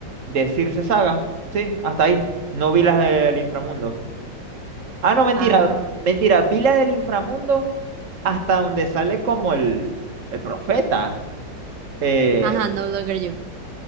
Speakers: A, on the right; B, on the right.
A: decirse saga. Sí, hasta ahí. No vi las del inframundo. Ah, no, mentira.
B: Ah,
A: Mentira. Vi la del inframundo hasta donde sale como el, el profeta. Eh,
B: ajá, No Longer You.